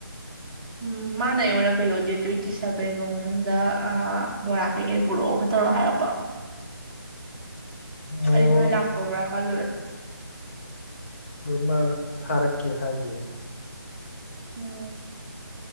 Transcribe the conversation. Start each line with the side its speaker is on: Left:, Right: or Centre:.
Right: ꯎꯝ ꯃꯥꯅ ꯑꯩ ꯑꯣꯏꯔꯛ ꯀꯩꯌꯣ ꯗꯦꯠ ꯇ꯭ꯋꯦꯟꯇꯤ ꯁꯚꯦꯟꯐꯥꯎ ꯃꯅꯨꯡꯗ ꯕꯣꯔꯥ ꯀꯩꯀꯩ ꯄꯨꯔꯛꯑꯣ ꯈꯠꯇꯧꯔꯣꯑꯣ ꯍꯥꯏꯔꯛꯄ
Left: ꯑꯣ
Right: ꯑꯩ ꯅꯣꯏ ꯂꯥꯛꯇꯧꯕ꯭ꯔꯥ ꯈꯜꯂꯨꯔꯦ
Left: ꯃꯥ ꯊꯔꯛꯀꯦ ꯍꯥꯏꯌꯦ
Right: ꯎꯝ